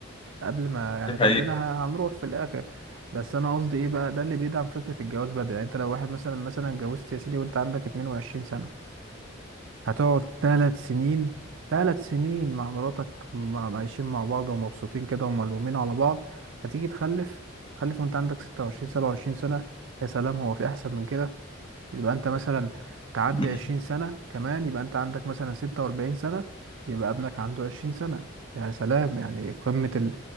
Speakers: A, on the right (about 65°); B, on the left (about 25°).
A: قبل ما يعني
B: دي حقيقه
A: كلنا ه- هنروح في الاخر بس انا قصدي ايه بقى ده اللي بيدعم فكره الجواز بدري يعني انت لو واحد مثلا مثلا اتجوزت يا سيدي وانت عندك 22 سنه هتقعد ثلاث سنين ثلاث سنين مع مراتك م- عايشين مع بعض ومبسوطين كده وملمومين على بعض هتيجي تخلف تخلف وانت عندك 26 27 سنه يا سلام هو في احسن من كده يبقى انت مثلا تعدي
B: مم.
A: عشرين سنة كمان يبقى انت عندك مثلا ستة وأربعين سنة يبقى ابنك عنده عشرين سنة يا سلام يعني قمة ال...